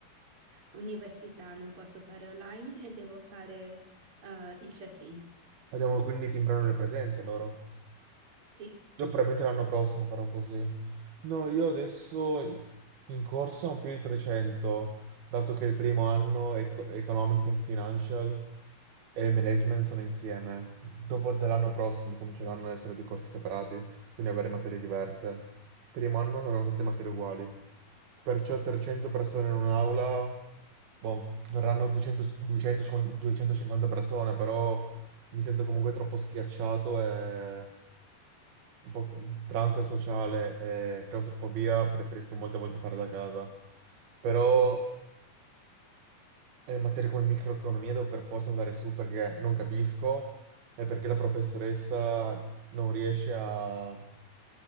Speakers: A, on the right; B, on the right.
A: università, non posso fare online e devo fare eh, il check-in.
B: Abbiamo quindi timbrano le presenze loro.
A: Sì,
B: Io probabilmente l'anno prossimo farò così. No, io adesso in, in corsa ho più di 300, dato che il primo anno eco- Economics and Financial e Management sono insieme. Dopo dell'anno prossimo cominceranno a essere due corsi separati, quindi avere materie diverse. Primo anno abbiamo tutte materie uguali. Perciò 300 persone in un'aula, boh, verranno 200 250 persone, però mi sento comunque troppo schiacciato e un po' tra ansia sociale e claustrofobia preferisco molte volte fare da casa. Però eh, materie come microeconomia devo per forza andare su perché non capisco e perché la professoressa non riesce a